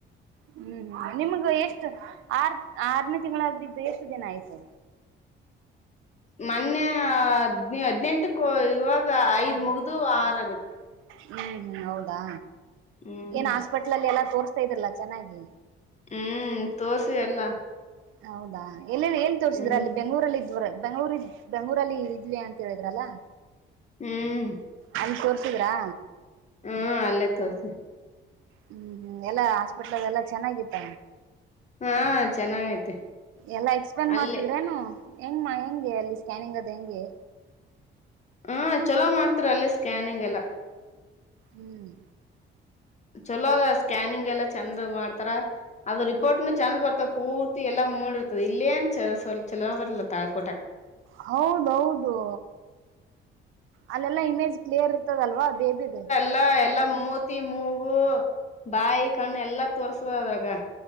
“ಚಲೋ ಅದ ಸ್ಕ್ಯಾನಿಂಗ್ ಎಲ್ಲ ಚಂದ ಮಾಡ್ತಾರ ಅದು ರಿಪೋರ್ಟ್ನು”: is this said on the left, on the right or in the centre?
Left